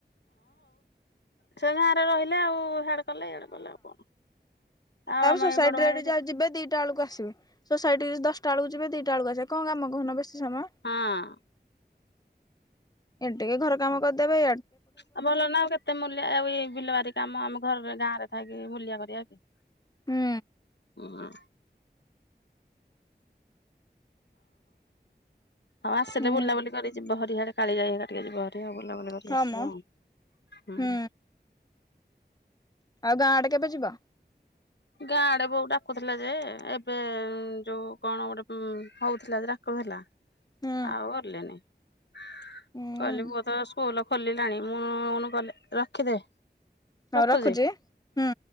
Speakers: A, on the left; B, on the left.
A: ସେ ଗାଁ ରେ ରହିଲେ ଆଉ କଲେ ଇଆଡେ କଲେ ଆଉ କଣ ଆଉ ଆମ
B: ସୋସାଇଟି
A: ଏଇ ବଡ ଭାଇ ଏଠି
B: ଯିବେ ଦିଟା ଳକୁ ଆସିବେ। ସୋସାଇଟି ଦଶ୍ ଟା ଅଳକୁ ଯିବେ ଦିଟା ଳକୁ ଆସିବେ। କ'ଣ କାମ କହୁନ ବେଶୀ ସମୟ।
A: ହଁ।
B: ଏ ଘର କାମ କରି ଦେବେ।
A: ଆଉ ଭଲ ନା ଆଉ କେତେ ମୂଲିଆ ଆଉ ବିଲବାରି କାମ---ଘରେ ଗାଁରେ ଥାଇକି ଲିଆ କରିବା କି।
B: ହୁଁ
A: ହଁ ଆସିଲେ
B: ହୁଁ
A: ବୁଲାବୁଲି କରି ଯିବ କାଳୀଜାଇ ଟିକେ ଯିବ
B: ହଁ ମ
A: <inaudible>
B: ହୁଁ ଆଉ ଗାଁ ଆଡ଼େ କେବେ ଯିବ?
A: ଗାଁ ଆଡ଼େ ବୋଉ ଡାକୁଥିଲା ଯେ, ଏବେ ଯଉ କ'ଣ ଗୋଟେ ହଉଥିଲା ଯେ ଡ଼ାକୁଥିଲା।
B: ହୁଁ
A: <inaudible>
B: ହୁଁ
A: <inaudible>
B: ହଉ
A: ରଖୁଛି
B: ରଖୁ ହୁଁ।